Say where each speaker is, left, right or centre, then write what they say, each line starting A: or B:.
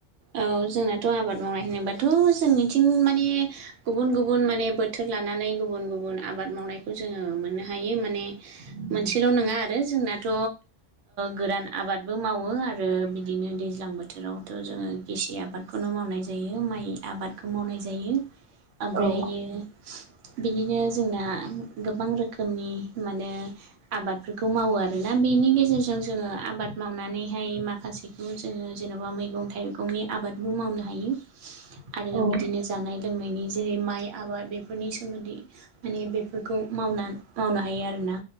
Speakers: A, on the right (about 85°); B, on the right (about 55°).
A: औ जोंनाथ' आबाद मावनाय होनोबाथ' जोंनिथिं माने गुबुन गुबुन माने बोथोर लानानै गुबुन गुबुन आबाद मावनायखौ जोङो मोननो हायो माने
B: <inaudible>
A: मोनसेल' नङा आरो जोंनाथ' गोरान आबादबो मावो आरो बिदिनो दै -ज्लां बोथोरावथ' जोङो गेसि आबादखौनो मावनाय जायो माइ आबाद -खौ मावनाय जायो ओमफ्रायहायो
B: औ
A: बिदिनो जोंना गोबां रोखोमनि माने आबादफोरखौ मावो आरोना बेनि गेजेरजों जोङो आबाद मावनानैहाय माखासेखौ जोङो जेन'बा मैगं थाइगं -गंनि आबादबो मावनो हायो आरो
B: औ
A: बिदिनो जानाय -लोंनायनि जेरै माइ आबाद बेफोरनि सोमोन्दै माने बेफोरखौ मावनो हायो आरोना